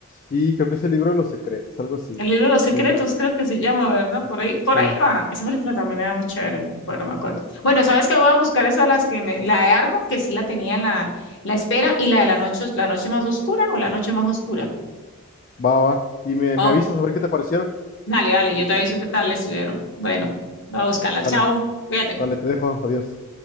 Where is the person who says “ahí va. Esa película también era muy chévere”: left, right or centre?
Left